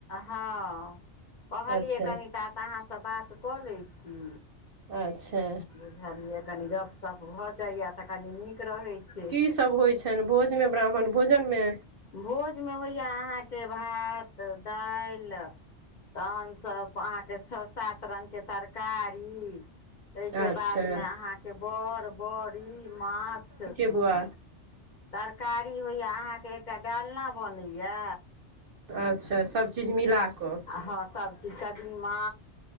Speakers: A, on the left; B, on the right.
A: हँ कहलियै
B: अच्छा
A: कनि ता तऽ अहाँसँ बात कऽ लै छी
B: अच्छा
A: बुझलियै कनि गपशप भऽ जाइया तऽ कनी नीक रहैत छै
B: ई सब होइ छनि भोज में ब्राह्मण भोजन मे
A: भोज मे होइए अहाँके भात दालि तहन सब अहाँके छः सात रंग के तरकारी ताहि के
B: अच्छा
A: बाद मे अहाँ के बड़ बरी माछ
B: आबआ
A: तरकारी होइया अहाँ के एकटा डालना बनैया
B: अच्छा सबचीज मिला कऽ
A: हँ सभचीज कदीमा